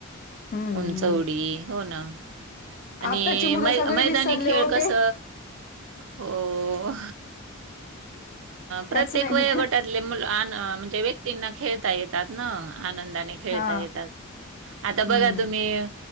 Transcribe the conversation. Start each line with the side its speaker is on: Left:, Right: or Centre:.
Left: हम्म
Right: उंचवडी हो ना. आणि,
Left: आताची मुलं
Right: मै
Left: सगळे
Right: मैदानी
Left: विसरले
Right: खेळ
Left: हो
Right: कस?
Left: ते
Right: हो, प्रत्येक
Left: काहीच नाही
Right: वयोगटात अन् म्हणजे व्यक्तींना खेळता येतात ना, आनंदाने येता
Left: हा
Right: येतात, आता
Left: हम्म
Right: बघा तुम्ही्.